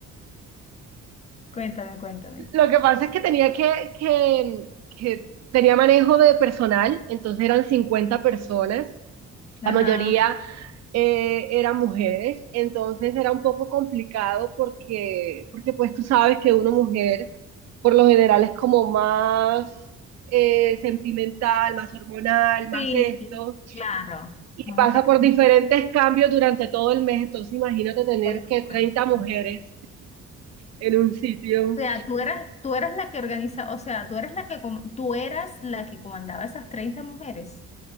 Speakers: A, on the left; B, on the right.
A: Cuéntame, cuéntame.
B: Lo que pasa es que tenía que, que, que tenía manejo de personal, entonces eran 50 personas,
A: Ajá.
B: la mayoría eh, eran mujeres, entonces era un poco complicado porque, porque pues tú sabes que una mujer por lo general es como más eh, sentimental, más hormonal, más
A: Sí,
B: esto,
A: claro,
B: y
A: más
B: pasa
A: afectivo.
B: por diferentes cambios durante todo el mes, entonces imagínate tener
A: por supuesto.
B: que 30 mujeres en un sitio
A: O sea, tú eras, tú eras la que organiza, o sea, tú eres la que, com- tú eras la que comandaba esas 30 mujeres.